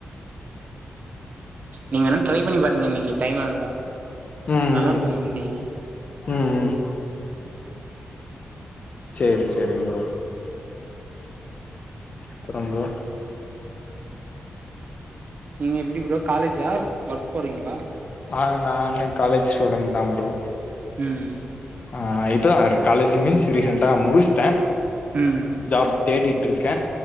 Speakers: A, on the right (about 55°); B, on the left (about 50°).
A: நீங்கனா ட்ரை பண்ணி பாருங்க இன்னக்கி டைம் இருந்தா
B: ம்
A: நல்லாருக்கு
B: ம்
A: மந்தி
B: ம் ம் சேரி சேரிங்க ப்ரோ அப்பறம் ப்ரோ
A: நீங்க எப்டி ப்ரோ காலேஜா ஒர்க் போறீங்ளா?
B: ஆ நானு காலேஜ் ஸ்டூடண்ட் தா ப்ரோ
A: ம்
B: ஆ இப்பதாரு காலேஜு மீன்ஸ் ரீசென்டா முடுச்டே
A: ம்
B: ஜாப் தேடி ட்ருக்கே